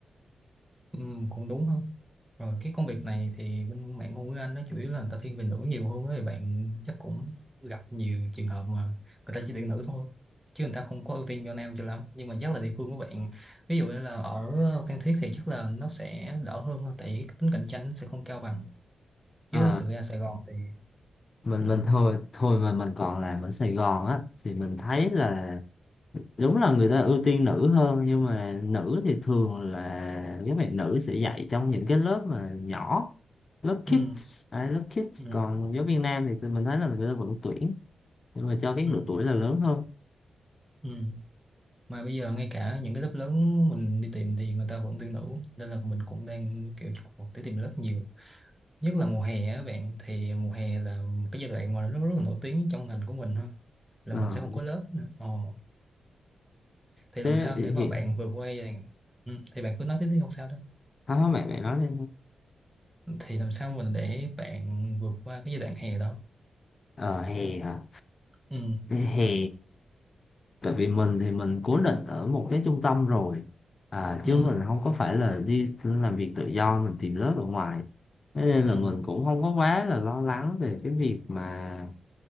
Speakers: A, in the centre; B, on the left (about 50°).
A: Ừ, cũng đúng không? Rồi cái công việc này thì bên bạn ngôn ngữ Anh nó chủ yếu là người ta thiên về nữ nhiều hơn ấy. Bạn chắc cũng gặp nhiều trường hợp mà người ta chỉ tuyển nữ thôi. Chứ người ta không có ưu tiên cho nam cho lắm. Nhưng mà chắc là địa phương của bạn, ví dụ như là ở Phan Thiết thì chắc là nó sẽ đỡ hơn thôi. Tại vì cái tính cạnh tranh nó sẽ không cao bằng.
B: Ờ,
A: Chứ thực ra Sài Gòn thì...
B: mình
A: Ừ.
B: mình thôi thôi mà mình còn làm ở Sài Gòn á thì mình thấy là đúng là người ta ưu tiên nữ hơn nhưng mà nữ thì thường là các bạn nữ sẽ dạy trong những cái lớp mà nhỏ lớp
A: Ừ.
B: kids à, lớp kids
A: Ừ.
B: còn giáo viên nam thì tụi mình thấy là người ta vẫn tuyển nhưng mà cho cái
A: Ừ.
B: độ tuổi là lớn hơn
A: Ừ. Mà bây giờ ngay cả những cái lớp lớn mình đi tìm thì người ta vẫn tuyển nữ. Nên là mình cũng đang kiểu chụp vào để tìm lớp nhiều nhất là mùa hè á bạn thì mùa hè là một cái giai đoạn mà nó rất là nổi tiếng trong ngành của mình ha là
B: Ờ,
A: mình sẽ không có lớp nữa ồ thì làm
B: thế
A: sao để mà
B: hiện
A: bạn vượt qua giai đoạn ừ, thì bạn cứ nói tiếp đi không sao đâu
B: không không, bạn bạn nói đi
A: thì làm sao mình để bạn vượt qua cái giai đoạn hè đó
B: ờ hè hả
A: ừ
B: hè Tại vì mình thì mình cố định ở một cái trung tâm rồi à,
A: ừ
B: chứ mình không có phải là đi làm việc tự do mình tìm lớp ở ngoài thế nên
A: ừ
B: là mình cũng không có quá là lo lắng về cái việc mà